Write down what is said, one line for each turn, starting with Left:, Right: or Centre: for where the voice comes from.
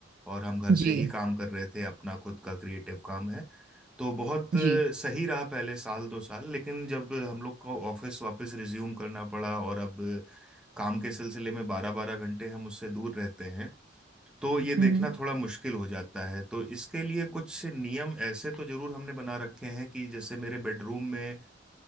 Centre: और हम घर से
Right: जी
Centre: ही काम कर रहे थे अपना खुद का क्रिएटिव काम है तो बहुत
Right: जी
Centre: अ, सही रहा पहले साल दो साल लेकिन जब हम लोग को ऑफिस वापस रिज्यूम करना पड़ा और अब काम के सिलसिले में बारह बारह घंटे हम उससे दूर रहते हैं तो ये देखना
Right: हम्म हम्म
Centre: थोड़ा मुश्किल हो जाता है तो इसके लिए कुछ नियम ऐसे तो जरूर हमने बना रखे हैं कि जैसे मेरे बेडरूम में